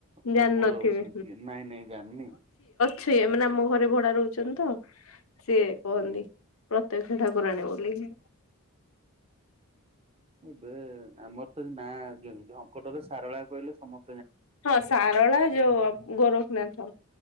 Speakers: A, on the left; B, on the right.
A: ଜାଣିନଥିବେ
B: କାଇଁ ମୋର ସେମିତି ନାଇଁ ନାଇଁ ଜାନ୍ନି
A: ଛେଇଆ ମାନେ ଆମ ଘରେ ଭଡା ରହୁଚନ୍ତି ତ ସିଏ କହନ୍ତି
B: ଆଜ୍ଞା
A: ପ୍ରତ୍ୟକ୍ଷ ଠାକୁରାଣୀ ବୋଲିି।
B: ବେ ଆମର ତ ନା ଆଗେ ଢ଼ଙ୍କଟର ସାରଳା କହିଲେ ସମ
A: ହଁ ସାରଳା ଯୋଉ ଅ ଗୋରଖ ନାଥ